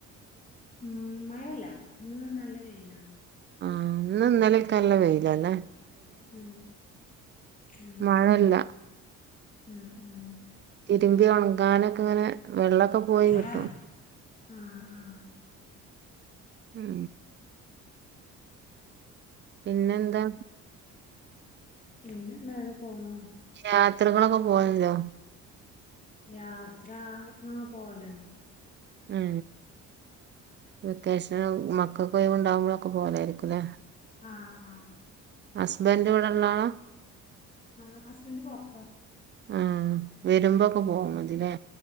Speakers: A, on the left; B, on the right.
A: ഉം മഴല്ല ഇന്ന് നല്ല വെയിലാണ്
B: ആഹ് ഇന്നുംഇന്നലെക്കെ നല്ല വെയിലല്ലേ
A: ഉം ഉം
B: മഴല്ല
A: ഉം ഉം
B: തിരുമ്പി ഉണങ്ങാനൊക്കെങ്ങനെ വെള്ളൊക്കെ പോയി കിട്ടും
A: ആഹ് ആഹ്
B: ഉം പിന്നെന്താ
A: പിന്നെന്താ അങ്ങനെ പോണു
B: യാത്രകളൊക്കെ പോവലുണ്ടോ
A: യാത്ര ഉം പോവലുണ്ട്
B: ഉ വെക്കേഷന് മക്കൾകൊയ്‌വ്ണ്ടാവുമ്പോഴൊക്കെ പോവലായിരിക്കുംല്ലേ
A: ആഹ് ആഹ്
B: ഹസ്ബൻഡ് ഇവടെള്ളാളാ
A: ആഹ് ഹസ്ബൻഡ് പൊറത്താ
B: ആഹ് വെരുമ്പോക്കെ പോവാം മതില്ലേ